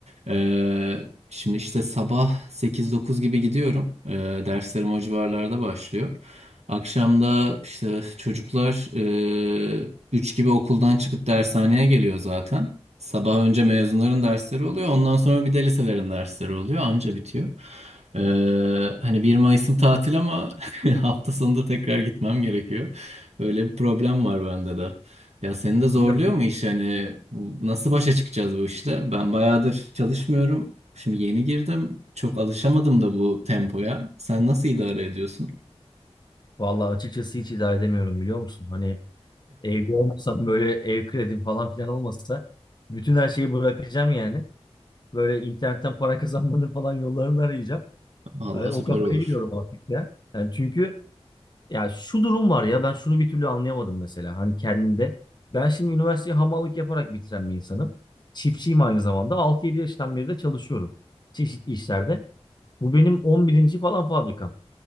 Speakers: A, on the right; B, on the left.
A: eee, şimdi işte sabah sekiz dokuz gibi gidiyorum. Eee, derslerim o civarlarda başlıyor. Akşamda işte çocuklar eee 3 gibi okuldan çıkıp dershaneye geliyor zaten. Sabah önce mezunların dersleri oluyor. Ondan sonra bir de liselerin dersleri oluyor. Anca bitiyor. Eee, hani bir Mayıs'ım tatil ama <laughs> hafta sonunda tekrar gitmem gerekiyor. Öyle bir problem var bende de. Ya seni de zorluyor
B: Abi hani
A: mu iş hani bu- nasıl başa çıkacağız bu işle? Ben bayağıdır çalışmıyorum. Şimdi yeni girdim. Çok alışamadım da bu tempoya. Sen nasıl idare ediyorsun?
B: vallahi açıkçası hiç idare edemiyorum biliyor musun? Hani evde olmasam böyle ev kredim falan filan olmasa bütün her şeyi bırakacağım yani. Böyle internetten para kazanmanın falan yollarını arayacağım.
A: Vallahi
B: Hani o
A: süper
B: kafaya
A: olur.
B: giriyorum artık ya. Yani çünkü ya şu durum var ya ben şunu bir türlü anlayamadım mesela hani kendimde. Ben şimdi üniversiteyi hamallık yaparak bitiren bir insanım. Çiftçiyim aynı zamanda. Altı yedi yaştan beri de çalışıyorum çeşitli işlerde. Bu benim 11. falan fabrikam.